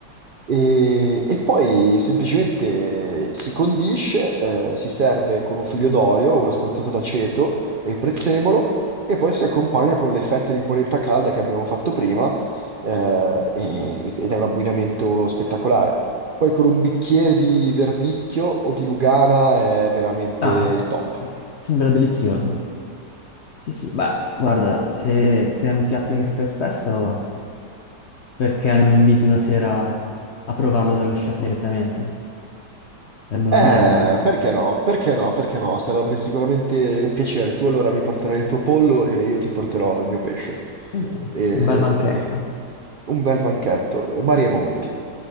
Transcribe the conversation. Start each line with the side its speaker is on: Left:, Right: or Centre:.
Right: E, e poi semplicemente si condisce, eh, si serve con un figlio d'olio, una spruzzata d'aceto e il prezzemolo, e poi si accompagna con le fette di polenta calda che abbiamo fatto prima, eh, e- ed è un abbinamento spettacolare. Poi con un bicchiere di verdicchio o di Lugana è veramente
Left: Ah,
Right: il top.
Left: ok, sembra delizioso. Sì, sì, beh, guarda, se, se è un piatto che tu fai spesso, Perché non mi inviti una sera a provarlo dallo chef direttamente? Sarebbe un
Right: Eh,
Left: onore per me.
Right: perché no? Perché no? Perché no? Sarebbe sicuramente un piacere. Tu allora mi porterai il tuo pollo e io ti porterò il mio pesce.
Left: Va bene,
Right: E...
Left: un bel banchetto.
Right: eh, Un bel banchetto, eh, mari e monti.